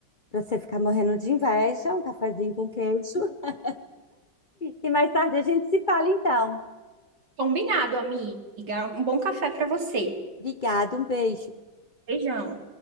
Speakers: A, on the left (about 50°); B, on the right (about 55°).
A: pra você ficar morrendo de inveja, um cafazinho com queijo. <laughs> E mais tarde a gente se fala então.
B: Combinado, amiga. Um bom café para você.
A: Obrigada, um beijo.
B: Beijão.